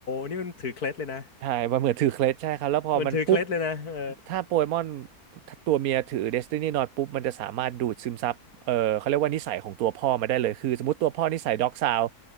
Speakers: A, on the left; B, on the right.
A: นี่มันถือเคล็ดเลยนะ
B: ใช่ มันเหมือนถือเคล็ดใช่ครับ แล้วพอมันปุ๊บ
A: มันถือเคล็ดเลยนะเออ
B: ถ้าโปเกมอนตัวเมียถือเดสตินีนอตปุ๊บ มันจะสามารถดูดซึมซับเออเขาเรียกว่านิสัยของตัวพ่อมาได้เลยคือสมมติตัวพ่อนิสัยด็อกซาว